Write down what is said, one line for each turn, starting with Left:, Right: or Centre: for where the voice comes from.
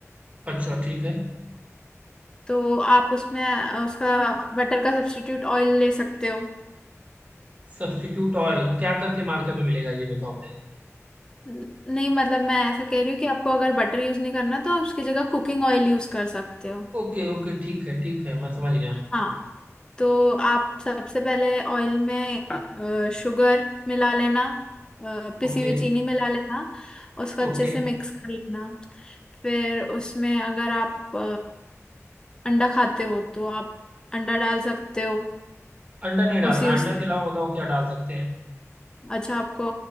Right: अच्छा ठीक है
Left: तो आप उसमें अ, उसका बटर का सब्स्टिट्यूट ऑयल ले सकते हो
Right: सब्स्टिट्यूट ऑयल क्या करके मार्केट में मिलेगा ये बताओ पहले
Left: न- नहीं मतलब मैं ऐसा कह रही हूँ कि आपको अगर बटर यूज नहीं करना तो आप उसकी जगह कुकिंग ऑयल यूज कर सकते हो
Right: ओके ओके ठीक है ठीक है मैं समझ गया
Left: हाँ तो आप सबसे पहले ऑयल में अ, शुगर मिला लेना अ, पिसी
Right: Okay
Left: हुई चीनी मिला लेना उसको अच्छे
Right: okay
Left: से मिक्स कर लेना फिर उसमें अगर आप अंडा खाते हो तो आप अंडा डाल सकते हो
Right: अंडा नहीं
Left: उसी
Right: डालना
Left: उसमें
Right: अंडा के अलावा बताओ क्या डाल सकते हैं
Left: अच्छा आपको